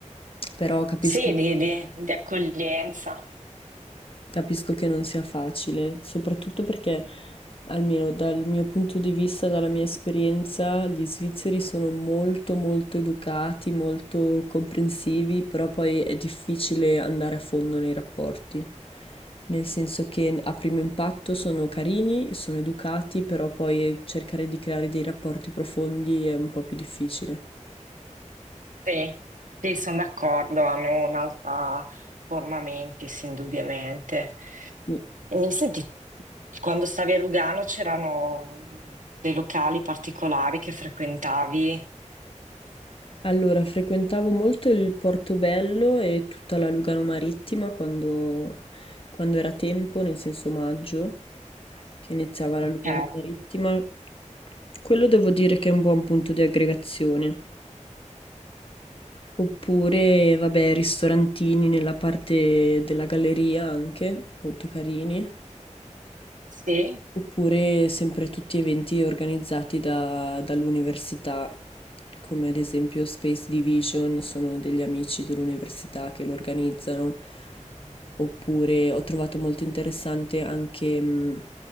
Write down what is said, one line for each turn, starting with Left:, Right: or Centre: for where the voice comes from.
Left: Però capisco.
Right: Sì, di di- di accoglienza.
Left: Capisco che non sia facile, soprattutto perché, almeno dal mio punto di vista, dalla mia esperienza, gli svizzeri sono molto molto educati, molto comprensivi, però poi è difficile andare a fondo nei rapporti. Nel senso che a primo impatto sono carini, sono educati, però poi cercare di creare dei rapporti profondi è un po' più difficile.
Right: Sì, sì, sono d'accordo, hanno un'altra forma mentis, indubbiamente.
Left: Sì.
Right: E senti, quando stavi a Lugano c'erano dei locali particolari che frequentavi?
Left: Allora, frequentavo molto il Portobello e tutta la Lugano Marittima quando, quando era tempo, nel senso maggio, che iniziava la
Right: Ok,
Left: Lugano Marittima. Quello devo dire che è un buon punto di aggregazione. Oppure, vabbè, ristorantini nella parte della galleria anche, molto carini.
Right: sì,
Left: Oppure sempre tutti eventi organizzati da- dall'università, come ad esempio Space Division, sono degli amici dell'università che lo organizzano. Oppure ho trovato molto interessante anche, mh,